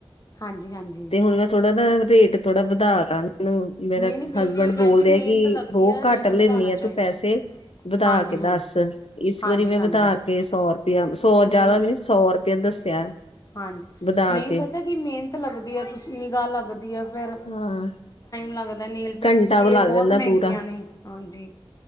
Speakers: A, on the left; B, on the left.
A: ਹਾਂਜੀ, ਹਾਂਜੀ
B: ਤੇ ਹੁਣ ਮੈਂ ਥੋੜਾ ਨਾ ਰੇਟ ਥੋੜਾ ਵਧਾ ਲੈ ਲਓ, ਮੇਰੇ
A: ਨਹੀਂ ਨਹੀਂ ਬਿਲਕੁਲ
B: ਹਸਬੈਂਡ ਬੋਲਦੇ
A: ਭੈਣ ਜੀ ਮਿਹਨਤ
B: ਆ। ਕਿ
A: ਲੱਗਦੀ
B: ਬਹੁਤ
A: ਹੈ ਰੇਟ
B: ਘੱਟ ਲੈਂਦੀ
A: ਵਧਾਉਣਾ
B: ਆ
A: ਚਾਹੀਦਾ
B: ਤੂੰ ਪੈਸੇ ਵਧਾ
A: ਹਾਂਜੀ
B: ਕੇ ਦੱਸ
A: ਹਾਂਜੀ
B: ਇਸ
A: ਹਾਂਜੀ
B: ਵਾਰੀ ਮੈਂ
A: ਹਾਂਜੀ
B: ਵਧਾ ਕੇ ਸੌ ਰੁਪਇਆ ਸੌ ਜਿਆਦਾ
A: ਨਹੀਂ
B: ਵੀ ਨੀ ਸੌ। ਫਿਰ ਦੱਸਿਆ।
A: ਹਾਂਜੀ
B: ਵਧਾ
A: ਨਹੀ
B: ਕੇ
A: ਪਤਾ ਕੀ ਮੇਹਨਤ ਲੱਗਦੀ ਹੈ ਤੁਸੀ ਨਿਗਾਹ ਲੱਗਦੀ ਹੈ ਫੇਰ।
B: ਹਾਂ।
A: ਲੱਗਦਾ ਨੇਲ ਪੇਂਟਸ
B: ਘੰਟਾ
A: ਵੀ
B: ਕੁ ਲੱਗ
A: ਇਹ ਬਹੁਤ
B: ਜਾਂਦਾ
A: ਮਹਿੰਗੀਆਂ
B: ਪੂਰਾ
A: ਨੇ ਹਾਂਜੀ।